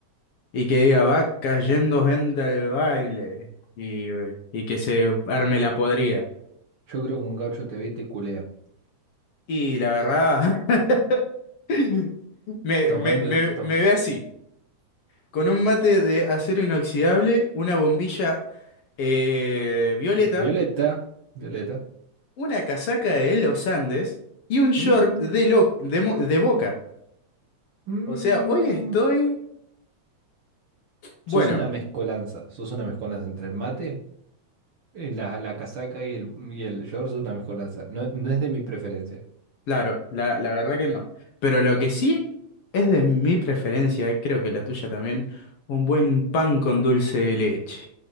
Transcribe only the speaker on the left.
y que diga, va cayendo gente al baile, y, y que se arme la podrida.
Y la verdad, <laughs> me, me,
me,
me ve así. Con un mate de acero inoxidable, una bombilla eh, violeta,
una casaca de los Andes y un short
de, lo- de, mo- de Boca.
O sea, hoy estoy... Bueno,
claro, la, la verdad que no. Pero lo que sí es de mi preferencia, creo que la tuya también, un buen pan con dulce de leche.